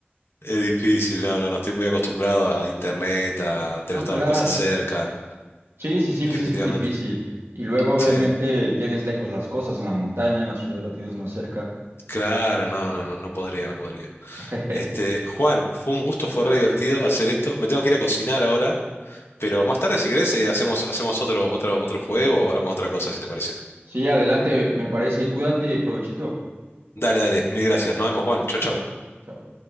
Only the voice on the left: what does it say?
Es difícil, no, no, no, estoy muy acostumbrado a internet, a tener
todas
las cosas cerca,
definitivamente.
Sí,
claro, no, no, no, no podría, no podría.
Este, Juan, fue un gusto, fue
re divertido hacer esto. Me tengo que ir a cocinar ahora, pero más tarde, si querés, eh, hacemos, hacemos otro, otro, otro juego o hablamos de otra cosa, si te parece.
Dale, dale, mil gracias. Nos vemos, Juan. Chau, chau.